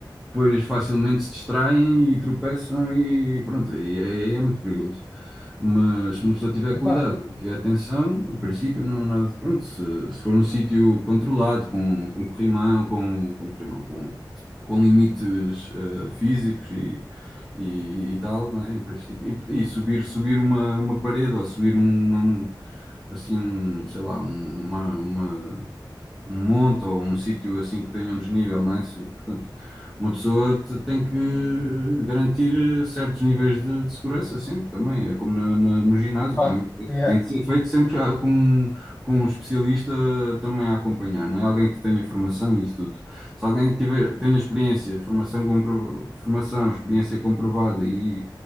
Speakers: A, in the centre; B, on the left.
A: depois facilmente se distraem e tropeçam e pronto, e aí é, muito perigoso. Mas se uma pessoa tiver cuidado
B: Opa,
A: e tiver atenção, em princípio não há nada, pronto, se, se for um sítio controlado, com, com corrimão, com, com corrimão, com, com limites eh, físicos e, e, e tal, né, em princípio, e, e subir, subir uma, uma parede ou subir uma, assim um, sei lá, um- uma, uma, um monte ou um sítio assim que tenha um desnível, não é? Se- Portanto, uma pessoa te- tem que garantir certos níveis de, de segurança sempre também, é como na- na- no ginásio,
B: ah,
A: a mesma coisa.
B: yeah,
A: Tem que ser feito sempre a- com, com um especialista também a acompanhar, não é? Alguém que tenha formação e isso tudo. Se alguém tiver, tenha experiência, formação, compro, formação, experiência comprovada e